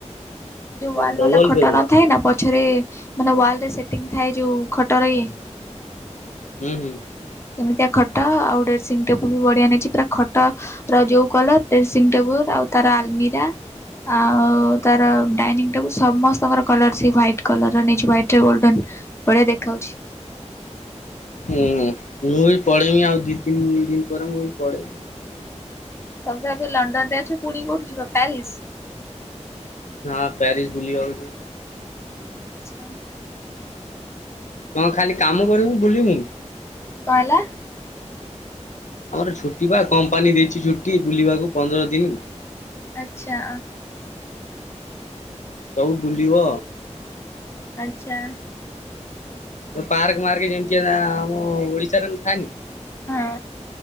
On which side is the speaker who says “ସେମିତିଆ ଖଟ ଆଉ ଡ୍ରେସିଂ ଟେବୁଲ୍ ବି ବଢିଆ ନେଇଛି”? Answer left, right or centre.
Left